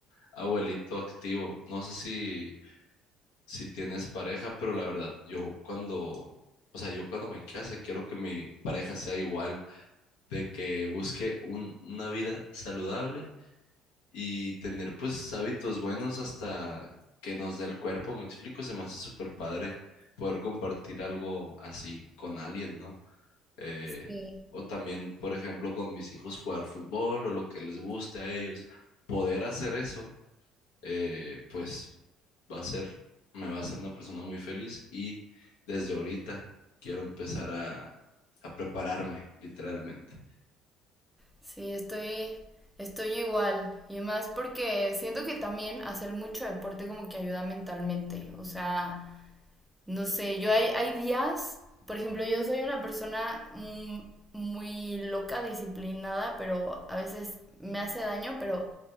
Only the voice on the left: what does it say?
abuelito activo. No sé si, si tienes pareja, pero la verdad, yo cuando, o sea, yo cuando me case, quiero que mi pareja sea igual, de que busque un, una vida saludable y tener pues hábitos buenos hasta que nos dé el cuerpo. Me explico, se me hace súper padre poder compartir algo así con alguien, ¿no? eh,
o también, por ejemplo, con mis hijos jugar fútbol o lo que les guste a ellos, poder hacer eso, eh, pues va a ser, me va a hacer una persona muy feliz y desde ahorita quiero empezar a, a prepararme, literalmente.